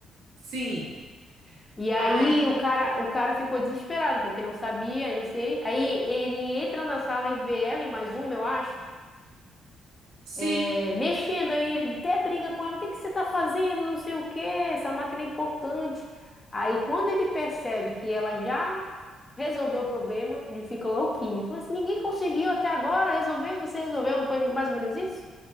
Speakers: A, on the right (about 85°); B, on the left (about 25°).
A: Sim,
B: E aí
A: aí
B: o cara, o cara ficou desesperado, porque não sabia, eu não sei. Aí ele entra na sala e vê ela e mais uma, eu acho,
A: sim,
B: é, mexendo. Aí ele até briga com ela, o que que você tá fazendo, não sei o quê, essa máquina é importante. Aí quando ele percebe que ela já resolveu o problema, ele fica louquinho. Fala assim, ninguém conseguiu até agora resolver, você resolveu, não foi mais ou menos isso?